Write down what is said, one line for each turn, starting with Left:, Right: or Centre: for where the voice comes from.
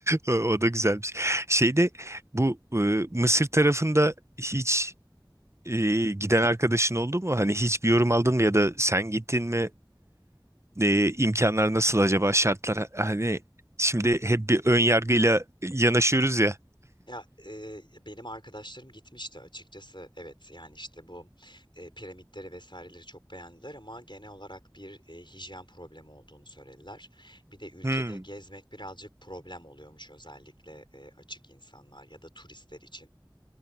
Right: O o da güzelmiş. Şeyde bu e, Mısır tarafında hiç e, giden arkadaşın oldu mu? Hani hiç bir yorum aldın mı ya da sen gittin mi? e, imkanlar nasıl acaba şartlar hani şimdi hep bir ön yargıyla yanaşıyoruz ya.
Left: Ya e, benim arkadaşlarım gitmişti açıkçası. Evet yani işte bu e, piramitleri vesaireleri çok beğendiler ama genel olarak bir e, hijyen problemi olduğunu söylediler. Bir de ülkede
Right: Hmm.
Left: gezmek birazcık problem oluyormuş özellikle e, açık insanlar ya da turistler için.